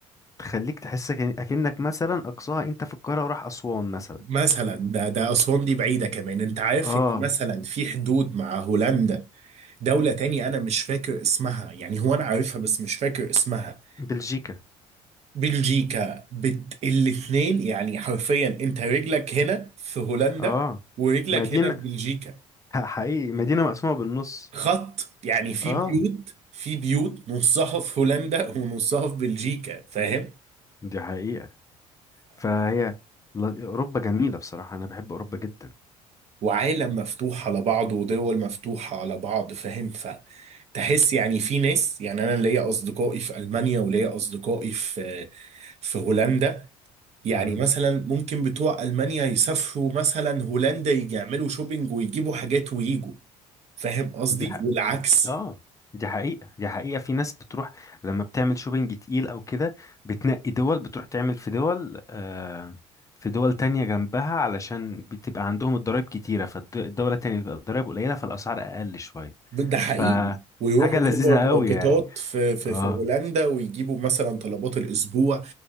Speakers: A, on the left; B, on the right.
A: تخليك تحس كأن- أكنك مثلا أقصاها أنت في القاهرة وراح أسوان مثلا
B: مثلا ده ده أسوان دي بعيدة كمان أنت عارف
A: آه
B: إن مثلا في حدود مع هولندا دولة تاني أنا مش فاكر اسمها يعني هو أنا عارفها بس مش فاكر اسمها
A: بلجيكا
B: بلجيكا بت... الاتنين يعني حرفيا أنت رجلك هنا في هولندا
A: آه
B: ورجلك
A: مدينة
B: هنا في بلجيكا
A: ح- حقيقي مدينة مقسومة بالنص
B: خط يعني في
A: آه
B: بيوت في بيوت نصها في هولندا ونصها في بلجيكا فاهم؟
A: دي حقيقة فهي ل- أوروبا جميلة بصراحة أنا بحب أوروبا جدا
B: وعالم مفتوح على بعض ودول مفتوحة على بعض فاهم فتحس يعني في ناس يعني أنا ليا أصدقائي في ألمانيا وليا أصدقائي في في هولندا يعني
A: مم.
B: مثلا ممكن بتوع ألمانيا يسافروا مثلا هولندا يجي يعملوا شوبينج ويجيبوا حاجات ويجوا فاهم قصدي
A: دي حقيقة
B: والعكس
A: اه دي حقيقة دي حقيقة في ناس بتروح لما بتعمل شوبينج تقيل او كده بتنقي دول بتروح تعمل في دول آه في دول تانية جنبها علشان بتبقى عندهم الضرايب كتيرة فالدولة التانية بتبقى الضرايب قليلة فالأسعار أقل شوية
B: ده ده حقيقي
A: فحاجة
B: ويروحوا
A: <laughs> لذيذة
B: سوبر ماركتات
A: قوي يعني
B: في في
A: اه
B: في هولندا ويجيبوا مثلا طلبات الاسبوع